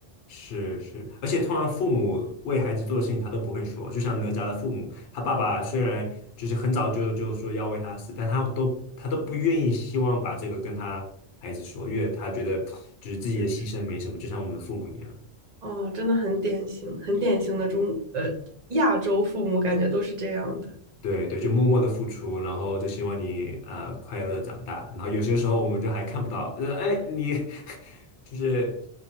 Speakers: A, on the left; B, on the right.
A: 是是，而且通常父母为孩子做的事情他都不会说，就像哪吒的父母，他爸爸虽然就是很早就就说要为他死，但他都他都不愿意希望把这个跟他孩子说，因为他觉得就是自己的牺牲没什么，
B: 嗯，
A: 就像我们的父母一样，
B: 哦，真的很典型，很典型的中，呃，亚洲父母感觉都是这样的。
A: 对对，就默默的付出，然后就希望你呃快乐长大，然后有些时候我们就还看不到，呃哎你 <laughs> 就是